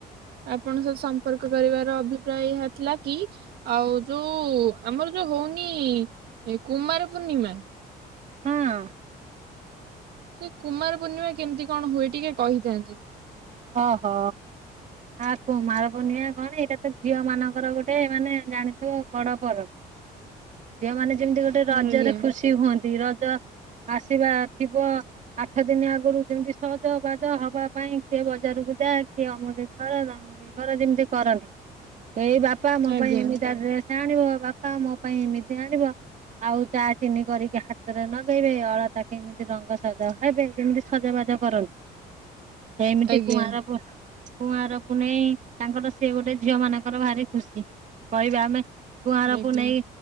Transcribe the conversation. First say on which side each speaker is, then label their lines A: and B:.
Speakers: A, on the right; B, on the right.
A: ଆପଣଙ୍କ ସହିତ ସମ୍ପର୍କ କରିବାର ଅଭିପ୍ରାୟ ଏହା ଥିଲା କି ଆଉ ଯୋଉ ଆମର ଯୋଉ ହଉନି କୁମାର ପୂର୍ଣ୍ଣିମା
B: ହଁ।
A: ସେ କୁମାର ପୂର୍ଣ୍ଣିମା କେମିତି କଣ ହୁଏ ଟିକେ କହିଥାନ୍ତେ
B: ଓହୋ। ଆ କୁମାର ପୁନିଆ କଣ ଏଇଟା ତ ଝିଅ ମାନଙ୍କର ଗୋଟେ ମାନେ ଜାଣିଥିବ ବଡ ପର୍ବ ଝିଅମାନେ ଯେମିତି ଗୋଟେ ରଜରେ
A: ଆଜ୍ଞା
B: ଖୁସି ହୁଅନ୍ତି ରଜ ଆସିବା ଥିବ ଆଠ ଦିନ ଆଗରୁ ଯେମିତି ସଜ ବାଜ ହବା ପାଇଁ କିଏ ବଜାରକୁ ଯା କିଏ ଅମକ କର ତମକ କର ଯେମିତି କରନ୍ତି ଏଇ ବା ବାପା ମୋ
A: ଆଜ୍ଞା
B: ପାଇଁ ଏମିତି ଆ ଡ୍ରେସ ଆଣିବ ବାପା ମୋ ପାଇଁ ଏମିତି ଆଣିବ ଆଉ ଚା ଚିନି କରିକି ହାତରେ ନଗେଇବେ ଅଳତା କେମିତି ରଙ୍ଗ ସବ ହେବେ ଯେମିତି ସଜାବାଜ କରନ୍ତି ସେମିତି
A: ଆଜ୍ଞା
B: କୁଆଁର ପୁନ କୁଁଆର ପୁନେଇ ତାଙ୍କର ସେ ଗୋଟେ ଝିଅ ମାନଙ୍କର ଭାରି ଖୁସି କହିବା ଆମେ କୁଆଁର
A: ଆଜ୍ଞା
B: ପୁନେଇ।